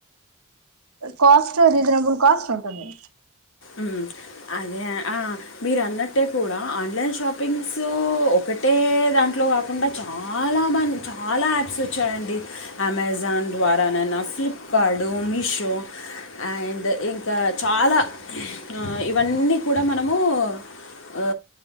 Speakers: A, on the right; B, on the left.
A: కాస్ట్ రీజనబుల్ కాస్ట్ ఉంటుంది.
B: ఉమ్ అదే ఆ మీరు అన్నట్టే కూడా ఆన్లైన్ షాపింగ్స్ ఒకట్ టే దాంట్లో కాకుండా చాలా మంచ్ చాలా యాప్స్ ఒచ్చాయండి. అమెజాన్ ద్వారా నైనా, ఫ్లిప్కార్డు, మీషో అండ్ ఇంకా చాలా, ఆ ఇవన్నీ కూడా మనము ఆ